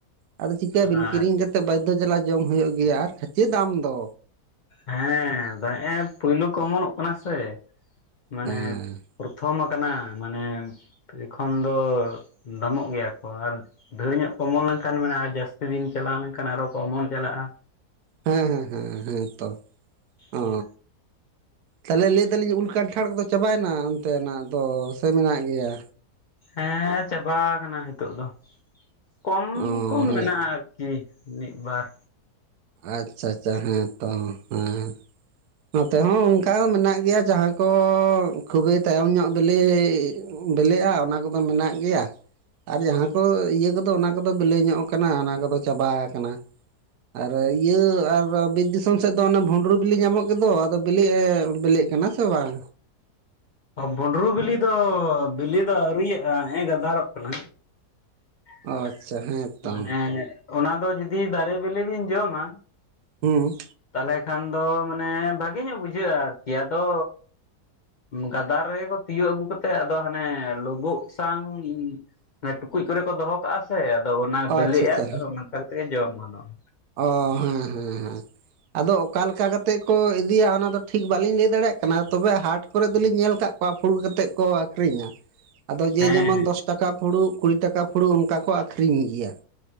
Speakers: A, on the right (about 75°); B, on the left (about 65°).
A: ᱟᱫᱚ ᱪᱤᱠᱟᱹᱭᱟᱵᱤᱱ
B: ᱟᱨ
A: ᱠᱤᱨᱤᱧ ᱠᱟ ᱠᱟᱛᱮᱫ ᱵᱟᱫᱽᱫᱷᱚ ᱡᱟᱞᱟ ᱡᱚᱢ ᱦᱩᱭᱩᱜ ᱜᱮᱭᱟ ᱟᱨ ᱠᱷᱟᱹᱪᱮ ᱫᱟᱢ ᱫᱚ
B: ᱦᱮᱸ ᱦᱮᱸᱻ ᱯᱳᱭᱞᱩ ᱠᱚ ᱚᱢᱚᱱᱚᱜ ᱠᱟᱱᱟ ᱥᱮ, ᱢᱟᱱᱮᱻ
A: ᱦᱮᱸ
B: ᱯᱚᱨᱛᱷᱚᱢ ᱟᱠᱟᱱᱟ ᱢᱟᱱᱮ, ᱮᱠᱷᱚᱱ ᱫᱚ ᱫᱟᱢᱚᱜ ᱜᱮᱭᱟ ᱠᱚ ᱟᱨ ᱵᱷᱟᱹᱞᱤ ᱧᱚᱜ ᱠᱚᱢᱚᱞ ᱞᱮᱱᱠᱷᱟᱱ ᱢᱮᱱᱟᱜᱼᱟ, ᱡᱟᱹᱥᱛᱤ ᱫᱤᱱ ᱪᱟᱞᱟᱣ ᱞᱮᱱᱠᱷᱟᱱ ᱟᱨᱚ ᱠᱚᱢᱚᱞ ᱪᱟᱞᱟᱜᱼᱟ
A: ᱦᱮᱸ ᱦᱮᱸ ᱦᱮᱸ ᱦᱮᱸ ᱛᱚ
B: ᱦᱮᱸ
A: ᱚ
B: <inaudible>
A: ᱛᱟᱦᱚᱞᱮ ᱞᱟᱹᱭ ᱫᱟᱞᱤᱧ ᱩᱞ ᱠᱟᱱᱴᱷᱟᱲ ᱠᱚᱫᱚ ᱪᱟᱵᱟᱭᱮᱱᱟ ᱚᱱᱛᱮᱱᱟᱜ ᱫᱚ ᱥᱮ ᱢᱮᱱᱟᱜ ᱜᱮᱭᱟ
B: ᱦᱮᱸ ᱪᱟᱵᱟ ᱠᱟᱱᱟ ᱱᱤᱛᱚᱜᱜ ᱫᱚ ᱠᱚᱢ
A: ᱚ
B: ᱠᱚᱢ
A: ᱦᱮᱸ
B: ᱢᱮᱱᱟᱜᱼᱟ ᱟᱨᱠᱤ ᱢᱤᱫ ᱵᱟᱨ
A: ᱟᱪᱷᱟ ᱟᱪᱷᱟ ᱦᱮᱸ ᱛᱚ ᱦᱮᱸ ᱱᱚᱛᱮ ᱦᱚᱸ ᱚᱱᱠᱟ ᱢᱮᱱᱟᱜ ᱜᱮᱭᱟ ᱡᱟᱦᱟᱸ ᱠᱚ ᱠᱷᱩᱵᱤ ᱛᱟᱭᱚᱢ ᱧᱚᱜ ᱵᱤᱞᱤ ᱵᱤᱞᱤᱜᱼᱟ ᱚᱱᱟ ᱠᱚᱫᱚ ᱢᱮᱱᱟᱜ ᱜᱮᱭᱟ ᱟᱨ ᱡᱟᱦᱟᱸ ᱠᱚ ᱤᱭᱟᱹ ᱠᱚᱫᱚ ᱚᱱᱟ ᱠᱚᱫᱚ ᱵᱤᱞᱤ ᱧᱚᱜ ᱟᱠᱟᱱᱟ ᱚᱱᱟ ᱠᱚᱫᱚ ᱪᱟᱵᱟ ᱟᱠᱟᱱᱟ ᱟᱨ ᱤᱭᱟᱹ ᱟᱨ ᱵᱤᱨ ᱫᱤᱥᱚᱢ ᱥᱮᱫ ᱫᱚ ᱚᱱ ᱵᱷᱩᱸᱰᱨᱩ ᱵᱤᱞᱤ ᱧᱟᱢᱚᱜ ᱜᱤᱫᱚ ᱟᱫᱚ ᱵᱤᱞᱤᱜ ᱮ ᱵᱤᱞᱤᱜ ᱠᱟᱱᱟ ᱥᱮ ᱵᱟᱝ
B: ᱵᱩᱸᱰᱨᱩ ᱵᱤᱞᱤ ᱫᱚ ᱵᱤᱞᱤ ᱫᱚ ᱟᱹᱨᱩᱭᱟᱜᱼᱟ ᱦᱮᱸ ᱜᱟᱫᱟᱨᱚᱜ ᱠᱟᱱᱟ <inaudible>
A: ᱚ ᱟᱪᱪᱷᱟ ᱦᱮᱸ ᱛᱚ
B: ᱢᱟᱱᱮ ᱚᱱᱟ ᱫᱚ ᱡᱩᱫᱤ, ᱫᱟᱨᱮ ᱵᱤᱞᱤ ᱵᱤᱱ ᱡᱚᱢᱟ
A: ᱦᱩᱸ
B: ᱛᱟᱦᱞᱮ ᱠᱷᱟᱱ ᱫᱚ ᱢᱟᱱᱮ ᱵᱷᱟᱜᱮ ᱧᱚᱜ ᱵᱩᱡᱷᱟᱹᱜᱼᱟ, ᱟᱨᱠᱤ ᱟᱫᱚᱻ ᱜᱟᱫᱟᱨ ᱨᱮᱠᱚ ᱛᱤᱭᱳᱟᱹᱜ ᱟᱹᱜᱩ ᱠᱟᱛᱮᱜ ᱟᱫᱚ ᱦᱟᱱᱮ, ᱞᱩᱵᱳᱩᱜ ᱥᱟᱣ ᱮ ᱴᱩᱠᱩᱡ ᱠᱚᱨᱮ ᱠᱚ ᱫᱚᱦᱚ ᱠᱟᱜᱼᱟ ᱥᱮ, ᱟᱫᱚ ᱚᱱᱟ
A: ᱚ
B: ᱵᱤᱞᱤᱜᱼᱟ
A: ᱟᱪᱪᱷᱟ ᱟᱪᱪᱷᱟ
B: ᱟᱫᱚ ᱚᱝᱠᱟ ᱠᱟᱛᱮ ᱜᱮ ᱡᱚᱢ ᱜᱟᱱᱚᱜᱼᱟ
A: ᱚᱻ ᱦᱮᱸ ᱦᱮᱸ ᱦᱮᱸ ᱟᱫᱚ ᱚᱠᱟ ᱞᱮᱠᱟ ᱠᱟᱛᱮᱜ ᱠᱚ ᱤᱫᱤᱭᱟ, ᱚᱱᱟ ᱫᱚ ᱴᱷᱤᱠ ᱵᱟᱹᱞᱤᱧ ᱞᱟᱹᱭ ᱫᱟᱲᱮᱭᱟᱜ ᱠᱟᱱᱟ ᱛᱚᱵᱮ, ᱦᱟᱴ ᱠᱚᱨᱮ ᱫᱚᱞᱤᱧ ᱧᱮᱞ ᱠᱟᱜ ᱠᱚ ᱚᱠᱟ ᱯᱷᱩᱲᱩᱜ ᱠᱟᱛᱮᱫ ᱠᱚ ᱟᱹᱠᱷᱨᱤᱧᱟ ᱟᱫᱚ ᱡᱮ
B: ᱦᱮᱸ
A: ᱡᱮᱢᱚᱱ ᱫᱚᱥ ᱴᱟᱠᱟ ᱯᱷᱩᱲᱩᱜ, ᱠᱩᱲᱤ ᱴᱟᱠᱟ ᱯᱷᱩᱲᱩᱜ, ᱚᱱᱠᱟ ᱠᱚ ᱟᱠᱷᱨᱤᱧ ᱜᱮᱭᱟ